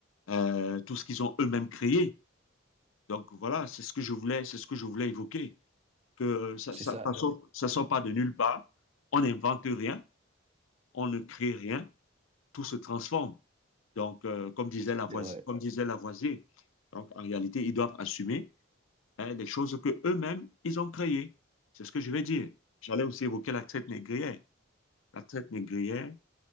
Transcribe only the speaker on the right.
C'est
ça,
c'est vrai.